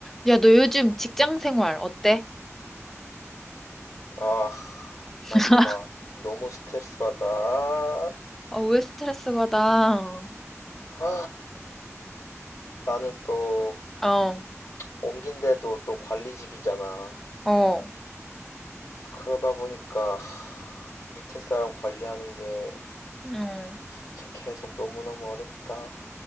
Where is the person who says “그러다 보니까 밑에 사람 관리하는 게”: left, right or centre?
Left